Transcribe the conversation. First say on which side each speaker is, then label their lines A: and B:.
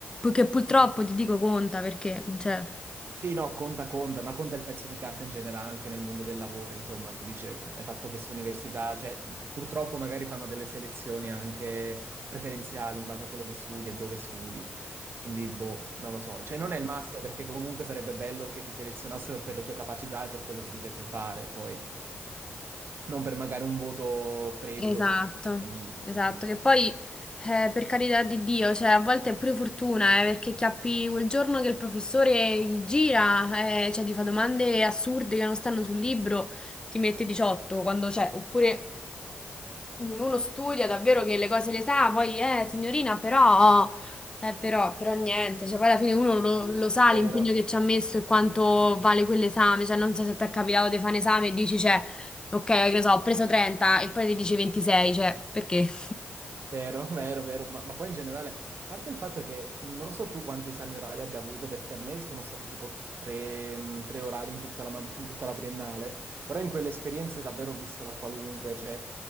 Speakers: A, on the left (about 20°); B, on the right (about 55°).
A: che purtroppo ti dico conta, perché, cioè...
B: Sì, no, conta, conta, ma conta il pezzo di carta in generale anche nel mondo del lavoro, insomma, tu dici, hai fatto questa università, cioè, purtroppo magari fanno delle selezioni anche preferenziali in base a quello che studi e dove studi, quindi, boh, non lo so, cioè, non è il massimo perché comunque sarebbe bello che ti selezionassero per le tue capacità e per quello che ti piace fare, poi, non per magari un voto freddo
A: Esatto,
B: che è lì,
A: esatto,
B: quindi...
A: che poi eh, per carità di Dio, cioè a volte è pure fortuna, eh, perché chiappi quel giorno che il professore gli gira, eh, cioè ti fa domande assurde che non stanno sul libro, ti mette 18 quando c'è, oppure uno studia davvero che le cose le sa, poi eh, signorina, però, eh, però, però niente, cioè poi alla fine uno lo, lo sa
B: Vero.
A: l'impegno che ci ha messo e quanto vale quell'esame, cioè non so se ti è capitato di fare un esame e dici, cioè, ok, che ne so, ho preso 30 e poi ti dici 26, cioè, perché? <laughs>
B: Vero, <laughs> vero, vero, ma, ma poi in generale, a parte il fatto che non so tu quanti esami orali abbia avuto, perché a me sono stati tipo tre, mh, tre orali in tutta la, mag- in tutta la triennale, però in quelle esperienze davvero ho visto la qualunque, cioè